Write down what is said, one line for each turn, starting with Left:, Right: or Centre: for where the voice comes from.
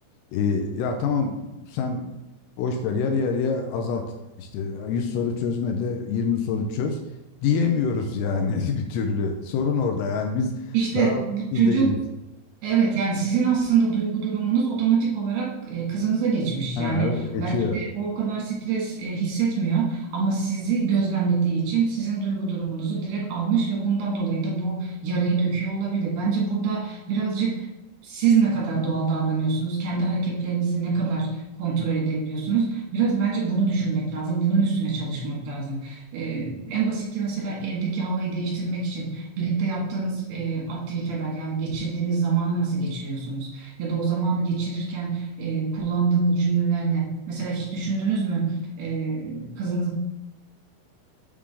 Left: e, ya tamam sen boş ver yarı yarıya azalt işte 100 soru çözme de 20 soru çöz diyemiyoruz yani <laughs> bir türlü. Sorun orada yani biz
Right: İşte
Left: tarafsız
Right: bu çocuğu
Left: değiliz.
Right: Evet yani sizin aslında duygu durumunuz otomatik olarak e, kızınıza geçmiş.
Left: Ha,
Right: Yani
Left: evet geçiyor.
Right: belki de o o kadar stres e, hissetmiyor ama sizi gözlemlediği için sizin duygu durumunuzu direkt almış ve bundan dolayı da bu yarayı döküyor olabilir. Bence burada birazcık siz ne kadar doğal davranıyorsunuz, kendi hareketlerinizi ne kadar kontrol edebiliyorsunuz. Biraz bence bunu düşünmek lazım, bunun üstüne çalışmak lazım. E, en basiti mesela evdeki havayı değiştirmek için. Birlikte yaptığınız e, aktiviteler yani geçirdiğiniz zamanı nasıl geçiriyorsunuz? Ya da o zamanı geçirirken e, kullandığınız cümleler ne? Mesela hiç düşündünüz mü e, kızınız